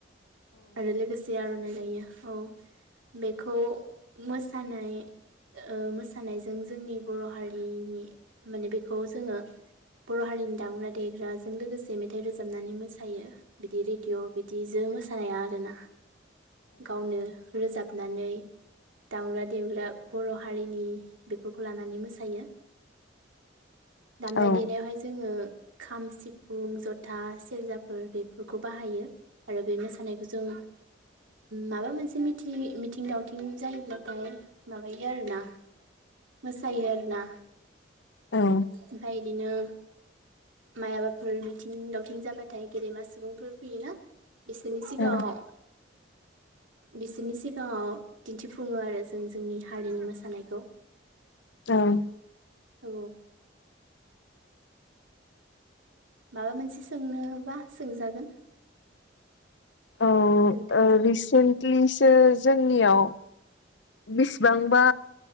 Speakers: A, on the right (about 85°); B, on the left (about 65°).
A: आरो लोगोसे आर'नाइ लायो औ बेखौ मोसानाय ओ मोसानायजों जोंनि बर' हारिनि माने बेखौ जोङो बर' हारिनि दामग्रा देग्राजों लोगोसे मेथाइ रोजाबनानै मोसायो। बिदि रेडिअ' बिदिजों मोसानाया आरोना। गावनो रोजाबनानै दाग्रा देवग्रा बर' हारिनि बेफोरखौ लानानै मोसायो। दामनाय
B: औ
A: देनायावहाय जोंङो खाम सिफुं जथा सेरजाफोर बेफोरखौ बाहायो आरो बे मोसानायखौ जों माबा मोनसे मिथि मिथिं दावथिं जायोब्लाथाय माबायो आरोना मोसायो आरो ना
B: औ
A: ओमफ्राय बिदिनो माइबाफोर मिथिं दावथिं जाबाथाय गेदेमा सुबुंफोर फैयोना बिसोरनि सिगाङाव
B: औ
A: बिसोरनि सिगाङाव दिन्थिफुङो आरो जों जोंनि हारिनि मोसानायखौ <inaudible>
B: उम
A: औ माबा मोनसे सोंनोबा सोंजागोन।
B: औ
A: नोंथाङा
B: रिसेन्टलिसो जोंनियाव बिसिबांबा